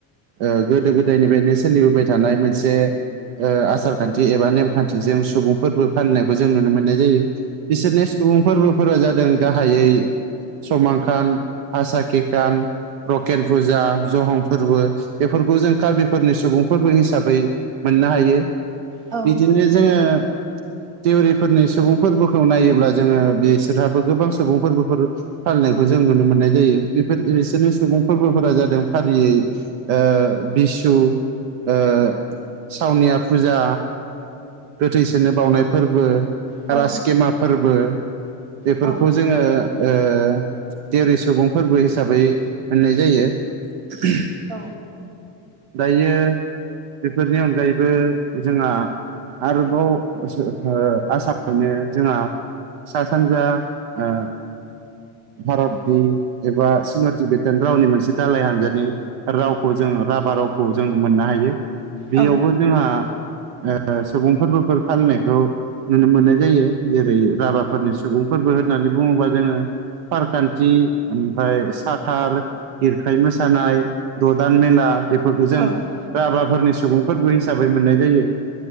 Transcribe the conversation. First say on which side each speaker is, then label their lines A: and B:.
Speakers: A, on the right (about 80°); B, on the right (about 60°).
A: ओ गोदो गोदायनिफ्रायनो सोलिबोबाय थानाय मोनसे ओ आसारखान्थि एबा नेमखान्थिजों सुबुं फोरबो फालिनायखौ जों नुनो मोननाय जायो बिसोरनि सुबुं फोरबोफोरा जादों गाहायै समांखान हासाखिखान रकेन फुजा जहं फोरबो बेफोरखौ जों कार्बिफोरनि सुबुं फोरबो हिसाबै मोननो हायो
B: औ
A: बिदिनो जोङो दिउरिफोरनि सुबुं फोरबोखौ नायोब्ला जोङो बिसोरहाबो गोबां सुबुं फोरबोफोर फालिनायखौ जों नुनो मोननाय जायो बेफोर बिसोरनि सुबुं फोरबोफोरा जादों फारियै ओ बिसु ओ सावनिया फुजा गोथैसोनो बाउनाय फोरबो
B: औ
A: राजकेमा फोरबो बेफोरखौ
B: औ
A: जोङो ओ देवरि सुबुं फोरबो हिसाबै होननाय जायो <unintelligible>
B: औ
A: दायो बेफोरनि अनगायैबो जोङा आरोबाव ओ आसामावनो जोङा सा सानजा ओ भारतनि एबा चिन' टिबेटान रावनि मोनसे दालाय हानजानि रावखौ जोङो राभा रावखौ जों मोननो हायो बेयावबो
B: औ
A: जोंहा ओ सुबुं फोरबोफोर फालिनायखौ नुनो मोननाय जायो जेरै राभाफोरनि सुबुं फोरबो होननानै बुङोबा जोङो फारखान्थि ओमफेय साथार गिरखाय मोसानाय ददान मेला बेफोरखौ जों
B: औ
A: राबाफोरनि सुबुंफोरखौ हिसाबै मोननाय जायो